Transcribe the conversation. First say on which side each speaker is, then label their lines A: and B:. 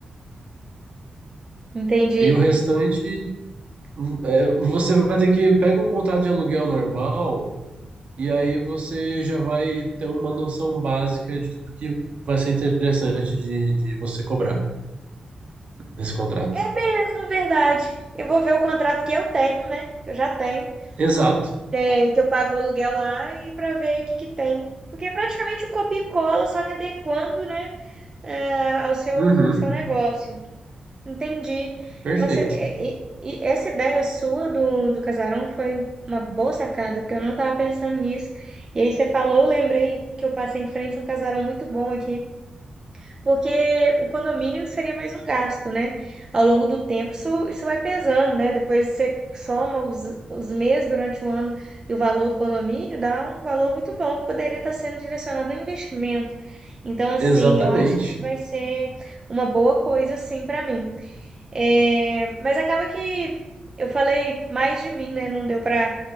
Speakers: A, on the right (about 25°); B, on the right (about 55°).
A: entendi.
B: E o restante, é, você vai ter que pega um contrato de aluguel normal E aí você já vai ter uma noção básica de tudo que vai ser interessante de, de você cobrar nesse contrato.
A: Mas, na verdade, eu vou ver o contrato que eu tenho, né? Que eu já tenho,
B: Exato.
A: é, que eu pago o aluguel lá e para ver o que que tem. Porque é praticamente um copia e cola, só que adequando, né, é, ao seu,
B: Uhum.
A: seu negócio. Entendi.
B: Perfeito.
A: Nossa, e, e- e essa ideia sua do, do casarão foi uma boa sacada, porque eu não estava pensando nisso. E aí você falou, eu lembrei que eu passei em frente a um casarão muito bom aqui, porque o condomínio seria mais um gasto, né? Ao longo do tempo isso, isso vai pesando, né? Depois você soma os, os meses durante o ano e o valor do condomínio, dá um valor muito bom que poderia estar sendo direcionado ao investimento. Então, assim,
B: Exatamente.
A: eu acho que vai ser uma boa coisa, assim, para mim. É, mas acaba que eu falei mais de mim, né? Não deu pra